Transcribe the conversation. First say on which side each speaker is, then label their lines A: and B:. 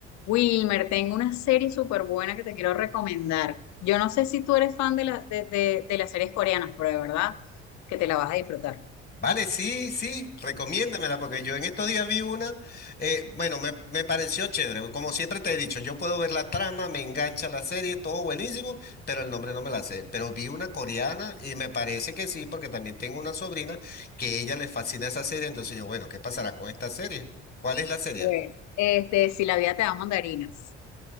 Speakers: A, on the left; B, on the left.
A: Wilmer, tengo una serie súper buena que te quiero recomendar. Yo no sé si tú eres fan de, la- de, de- de las series coreanas, pero de verdad que te la vas a disfrutar.
B: Vale, sí, sí, recomiéndamela, porque yo en estos días vi una, eh, bueno, me, me pareció chévere, como siempre te he dicho, yo puedo ver la trama, me engancha la serie, todo buenísimo, pero el nombre no me la sé, pero vi una coreana y me parece que sí, porque también tengo una sobrina que ella le fascina esa serie, entonces yo, bueno, ¿qué pasará con esta serie? ¿Cuál es la serie?
A: Pues, este, si la vida te da mandarinas.